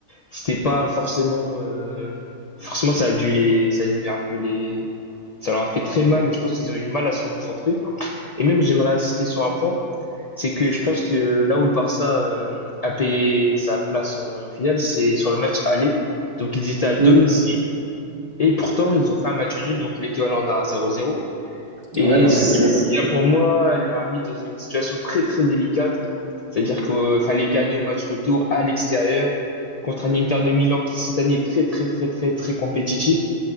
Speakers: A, on the left (about 75°); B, on the right (about 20°).
A: C'était pas forcément. euh, Forcément, ça a dû les, ça a dû les un peu les. Ça leur a fait très mal et je pense qu'ils ont eu du mal à se reconcentrer. Et même, j'aimerais insister sur un point, c'est que je pense que là où le Barça euh, a payé sa place euh, en finale, c'est sur le match aller. Donc, ils étaient à domicile
B: hmm.
A: et pourtant, ils ont fait un match nul, donc l'équivalent d'un 0-0. Et
B: Ouais, non,
A: c'est
B: c'est clair.
A: ce qui a pour moi leur mis dans une situation très très délicate. C'est-à-dire qu'il fallait gagner au match retour à l'extérieur contre un Inter de Milan qui cette année est très très très très très compétitif.